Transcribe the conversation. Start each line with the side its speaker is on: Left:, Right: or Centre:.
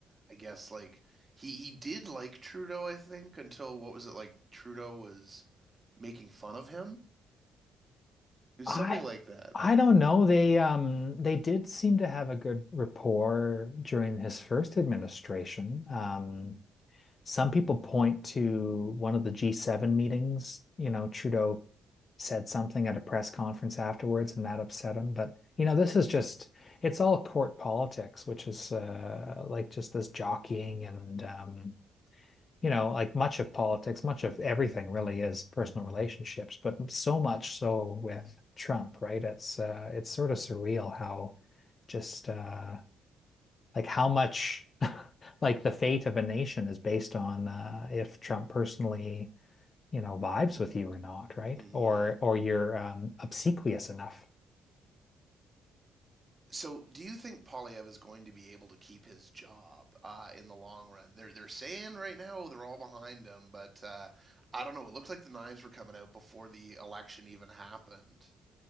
Right: I guess like he he did like Trudeau, I think, until what was it like Trudeau was making fun of him. There's
Left: I
Right: something like that.
Left: I don't know. They um they did seem to have a good rapport during his first administration. Um, some people point to one of the G7 meetings, you know, Trudeau said something at a press conference afterwards and that upset him. But you know, this is just it's all court politics, which is uh, like just this jockeying and um, you know, like much of politics, much of everything really is personal relationships, but so much so with Trump, right? It's uh, it's sort of surreal how just uh, like how much <laughs> like the fate of a nation is based on uh, if Trump personally you know, vibes with you or not, right?
Right: Mm-hmm.
Left: Or or you're um, obsequious enough.
Right: So, do you think Polyev is going to be able to keep his job uh, in the long run? They're they're saying right now they're all behind him, but uh, I don't know. It looks like the knives were coming out before the election even happened.